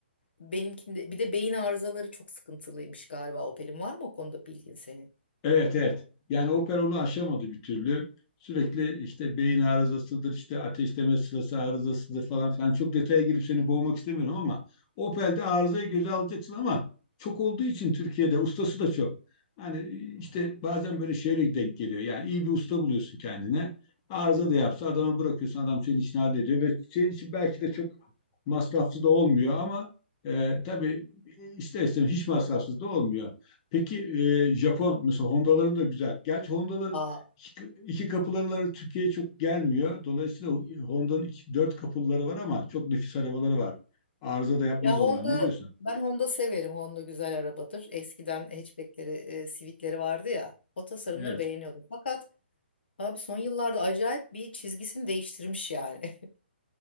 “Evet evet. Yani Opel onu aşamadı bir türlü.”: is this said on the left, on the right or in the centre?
Left